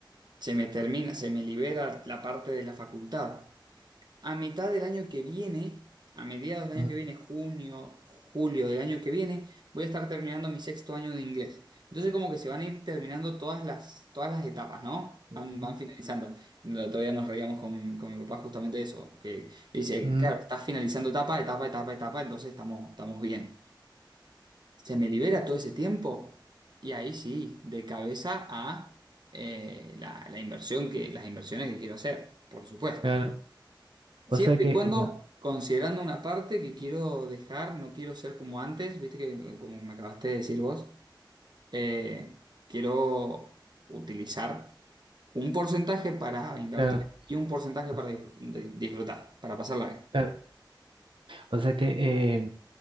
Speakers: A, on the right; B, on the right.
A: se me termina, se me libera la parte de la facultad. a mitad del año que viene, a mediados del
B: ujú,
A: año que viene, junio, julio del año que viene, voy a estar terminando mi sexto año de inglés. Entonces como que se van a ir terminando todas las, todas las etapas, ¿no?
B: ujú,
A: Van, van finalizando. El otro día nos reíamos con, con mi papá justamente de eso, que dice,
B: ujú,
A: claro, estás finalizando etapa, etapa, etapa, etapa, entonces estamos, estamos bien. Se me libera todo ese tiempo y ahí sí, de cabeza a eh, la, la inversión que, las inversiones que quiero hacer, por supuesto.
B: claro.
A: Siempre
B: O sea que,
A: y cuando
B: la-
A: considerando una parte que quiero dejar, no quiero ser como antes, viste que eh, como me acabaste de decir vos, eh, quiero utilizar un porcentaje para invertir
B: claro,
A: y un porcentaje
B: o
A: para
B: s-
A: disfr- de- disfrutar, para pasarla
B: claro. O sea que, eh,